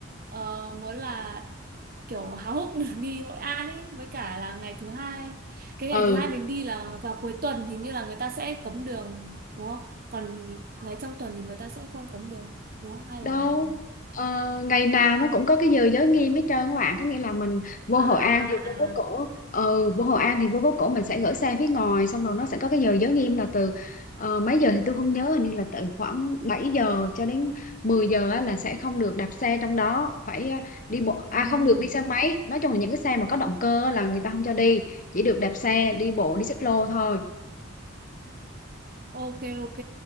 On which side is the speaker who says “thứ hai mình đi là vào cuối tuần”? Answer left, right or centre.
Right